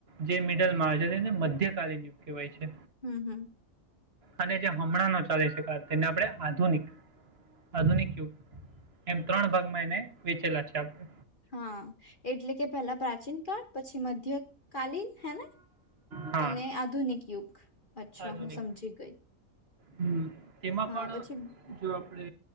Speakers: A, on the right (about 45°); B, on the left (about 35°).
A: જે મિડલમાં છે તેને મધ્યકાલીન યુગ કહેવાય છે.
B: હમ હમ
A: અને જે હમણાંનો ચાલે છે કાળ તેને આપણે આધુનિક આધુનિક યુગ એમ ત્રણ ભાગમાં એને વેચેલા છે આપણે
B: હા એટલે કે પેલા પ્રાચીન કાળ પછી મધ્ય કાલીન હેને
A: હા
B: અને આધુનિક યુગ અચ્છા
A: આધુનિક
B: હું સમજી ગઈ
A: હમ તેમાં
B: હા
A: પણ
B: પછી
A: જો આપણે